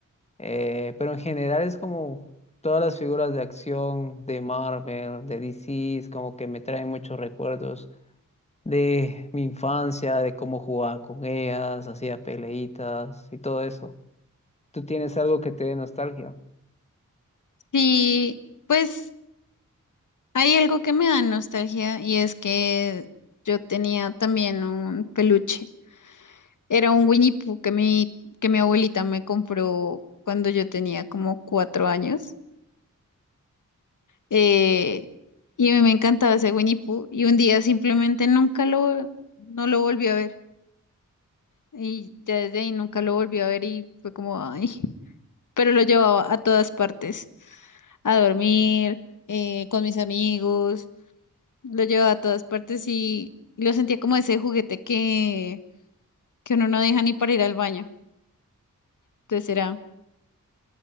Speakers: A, on the left (about 20°); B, on the left (about 70°).
A: Eh, pero en general es como todas las figuras de acción de Marvel, de DC, es como que me traen muchos recuerdos de mi infancia, de cómo jugaba con ellas, hacía peleitas y todo eso. ¿Tú tienes algo que te dé nostalgia?
B: Sí, pues Hay algo que me da nostalgia y es que yo tenía también un peluche. Era un Winnie Pooh que mi, que mi abuelita me compró cuando yo tenía como cuatro años. Eh, y a mí me encantaba ese Winnie Pooh y un día simplemente nunca lo, no lo volví a ver. Y ya desde ahí nunca lo volví a ver y fue como, ay, <laughs> pero lo llevaba a todas partes, a dormir, eh, con mis amigos. Lo llevaba a todas partes y lo sentía como ese juguete que, que uno no deja ni para ir al baño. Entonces era,